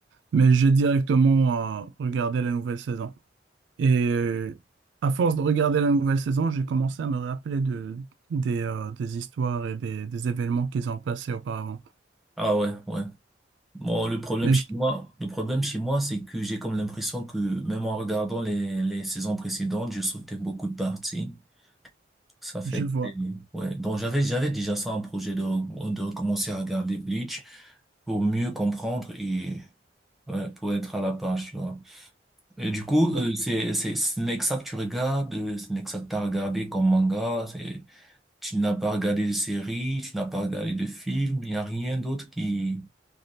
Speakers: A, on the right; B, in the centre.
A: mais j'ai directement euh, regardé la nouvelle saison. Et euh, à force de regarder la nouvelle saison, j'ai commencé à me rappeler de, des, euh, des histoires et des, des événements qu'ils ont passés auparavant.
B: Ah ouais, ouais. Bon, le problème
A: Mais
B: chez
A: je,
B: moi, le problème chez moi, c'est que j'ai comme l'impression que même en regardant les, les saisons précédentes, je sautais beaucoup de parties. Ça fait
A: je vois.
B: que, ouais. Donc, j'avais, j'avais déjà ça en projet de, re- de recommencer à regarder Bleach pour mieux comprendre et, ouais, pour être à la page, tu vois. Et du coup,
A: Bah,
B: euh, c'est, c'est, ce n'est que ça que tu regardes, euh, ce n'est que ça que t'as regardé comme manga, c'est, tu n'as pas regardé de série, tu n'as pas regardé de film, il n'y a rien d'autre qui,